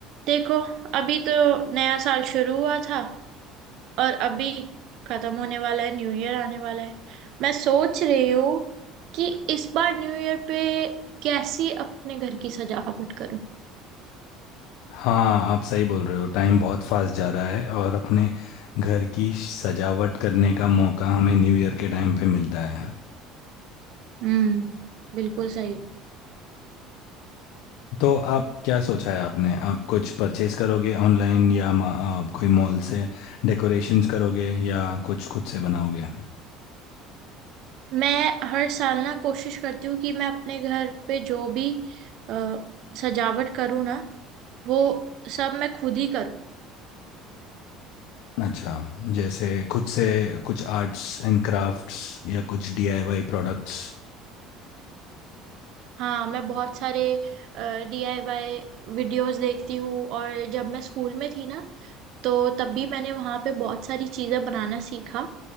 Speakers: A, on the right; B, on the left.
A: देखो अभी तो नया साल शुरू हुआ था और अभी खत्म होने वाला है न्यू ईयर आने वाला है मैं सोच रही हूँ कि इस बार न्यू ईयर पे कैसी अपने घर की सजावट करूं
B: हाँ आप सही बोल रहे हो टाइम बहुत फास्ट जा रहा है और अपने घर की सजावट करने का मौका हमें न्यू ईयर के टाइम पे मिलता है
A: हम्म बिल्कुल सही
B: तो आप क्या सोचा है आपने आप कुछ परचेज करोगे ऑनलाइन या मा- आ, कोई मॉल से डेकोरेशंस करोगे या कुछ खुद से बनाओगे
A: मैं हर साल ना कोशिश करती हूँ कि मैं अपने घर पे जो भी अ, सजावट करूँ ना वो सब मैं खुद ही करूँ
B: अच्छा जैसे खुद से कुछ आर्ट्स एंड क्राफ्ट्स या कुछ डीआईवाई प्रोडक्ट्स
A: हाँ मैं बहुत सारे डीआईवाई वीडियोस देखती हूँ और जब मैं स्कूल में थी ना तो तब भी मैंने वहाँ पे बहुत सारी चीज़ें बनाना सीखा